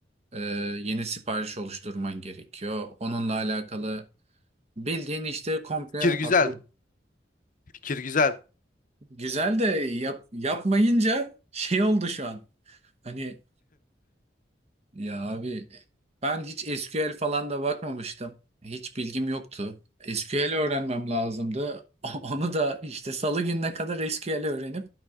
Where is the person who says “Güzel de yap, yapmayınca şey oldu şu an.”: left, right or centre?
Right